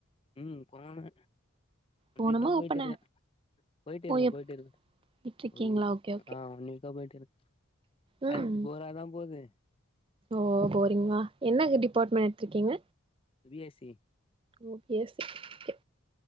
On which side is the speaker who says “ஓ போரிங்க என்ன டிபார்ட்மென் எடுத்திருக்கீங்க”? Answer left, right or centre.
Right